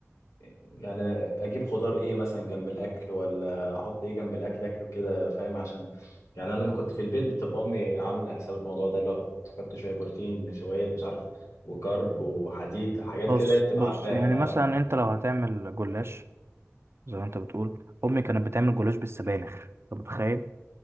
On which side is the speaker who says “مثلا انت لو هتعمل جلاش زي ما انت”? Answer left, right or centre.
Right